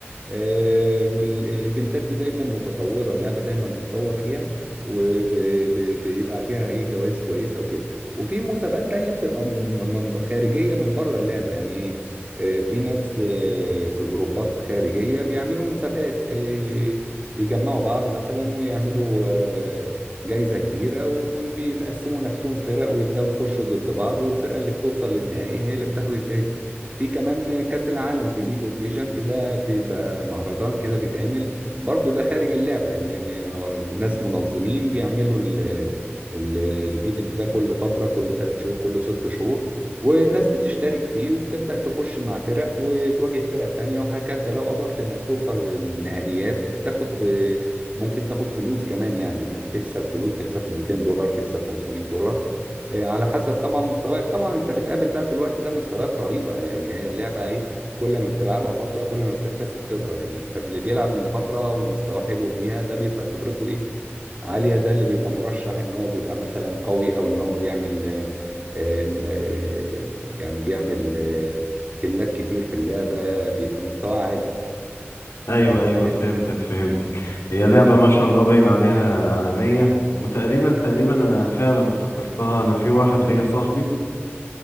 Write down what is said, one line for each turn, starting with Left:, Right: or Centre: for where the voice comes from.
Right: آه، والايفنتات دي دايما متطوره اللعبه دايما بتطور فيها وبيبقى فيها ايه جوائز كويسه وكده وفي مسابقات تانية بتبقى من من- خارجيه من بره اللعبه يعني ايه آه، في ناس آه، في جروبات خارجيه بيعملوا مسابقات آه، بيجمعوا بعض مثلا ويعملوا آه، جايزه كبيره وبينقسموا نفسهم فرق ويبداوا يخشوا ضد بعض والفرقه اللي بتوصل للنهائي هي اللي بتاخد الجايزه في كمان كأس العالم في ليج اوف ليجنت ده بيبقى مهرجان كده بيتعمل برضو ده خارج اللعبة ان م- ناس منظمين بيعملوا ال- ال- الايفنت ده كل فترة كل ثلاث شهور كل ست شهور والناس بتشترك فيه وبتبدأ تخش مع فرق وتواجه فرق تانية وهكذا لو قدرت انك توصل للنهائيات بتاخد ممكن تاخد فلوس كمان يعني انك تكسب فلوس تكسب 200 دولار تكسب 500 دولار إيه، على حسب طبعا مستواك طبعا انت بتقابل بقى في الوقت ده مستويات رهيبة يعني هي اللعبة ايه كل ما بتلعبها فترة كل ما بتكتسب خبرة يعني فاللي بيلعب من فترة ومستواه حلو فيها ده بيبقى خبرته ايه عالية ده اللي بيبقى مرشح ان هو بيبقى مثلا قوي او ان هو بيعمل آه، آه، آه، يعني بيعمل آه، كيلات كتير في اللعبة بيبقى مستوى عالي
Left: أيوة
Right: فهمت
Left: أيوة فهمتك فهمتك هي لعبة ما شاء الله باين عليها عالمية وتقريبا تقريبا أنا فعلا افتكرتها أنا في واحد ليا صاحبي